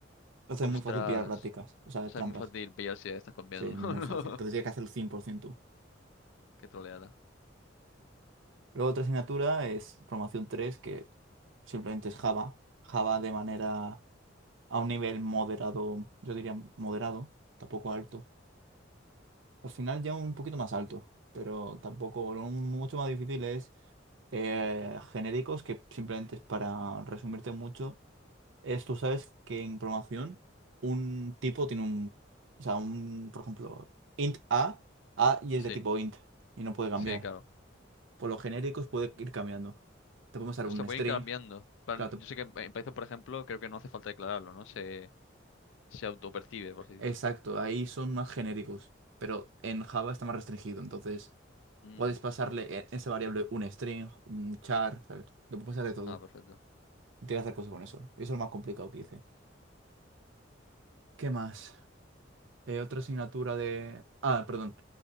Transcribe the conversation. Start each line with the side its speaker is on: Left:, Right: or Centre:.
Right: Entonces
Left: Ostras.
Right: es muy fácil pillar prácticas, o sea,
Left: O sea,
Right: trampas.
Left: es muy fácil pillar si estás copiando,
Right: Sí, es muy
Left: <laughs> ¿no? No.
Right: fácil. Entonces tienes que hacerlo 100% tú.
Left: Qué troleada.
Right: Luego otra asignatura es programación 3 que simplemente es Java. Java de manera a un nivel moderado, yo diría moderado, tampoco alto. Al final ya un poquito más alto, pero tampoco, lo mucho más difícil es eh, genéricos, que simplemente es para resumirte mucho, es tú sabes que en programación un tipo tiene un, o sea, un, por ejemplo, int a, a y es
Left: Sí,
Right: de tipo int y no puede cambiar.
Left: sí, claro.
Right: por los genéricos puede ir cambiando. Te podemos dar
Left: O
Right: un
Left: sea, pueden
Right: string.
Left: ir cambiando. Plan,
Right: Claro,
Left: yo
Right: te-
Left: sé que en, en Python, por ejemplo, creo que no hace falta declararlo, ¿no? Se, se autopercibe, por así decirlo.
Right: exacto, ahí son más genéricos, pero en Java está más restringido. Entonces,
Left: Mm,
Right: puedes pasarle e- esa variable un string, un char, ¿sabes? Le puedes pasar de todo.
Left: Ah, perfecto.
Right: Tienes que hacer cosas con eso. Y eso es lo más complicado que hice. ¿Qué más? Eh, otra asignatura de... Ah, perdón.